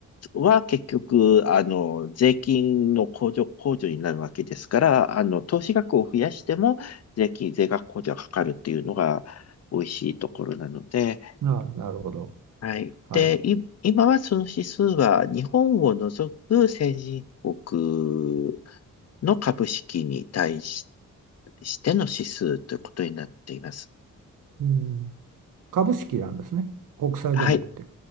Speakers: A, on the left; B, on the right.
A: は結局、あの、税金の控除、控除になるわけですから、あの、投資額を増やしても税金、税額控除がかかるっていうのが美味しいところなので、
B: ああ、なるほど。
A: はい。
B: はい。
A: で、い、今はその指数は日本を除く先進国の株式に対し、しての指数ということになっています。
B: うん。株式なんですね。国債じゃなくて。
A: はい。